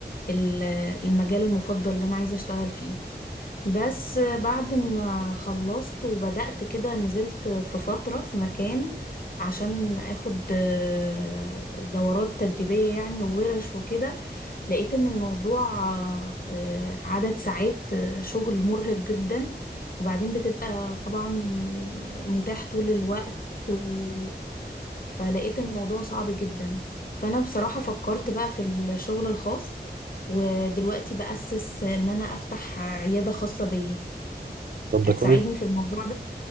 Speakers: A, on the left (about 55°); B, on the right (about 60°).
A: ال- المجال المفضل اللي انا عايزه اشتغل فيه بس بعد ما خلصت وبدأت كده نزلت في فترة في مكان عشان اخد آه، دورات تدريبية يعني وورش وكده لقيت ان الموضوع آه، آه، عدد ساعات آه، شغل مرهق جدا وبعدين بتبقى طبعا متاح طول الوقت و... فلقيت الموضوع صعب جدا فانا بصراحة فكرت بقى في الشغل الخاص ودلوقتي بأسس ان انا افتح عيادة خاصة بيا
B: طب ده
A: هتساعدني
B: كويس
A: في الموضوع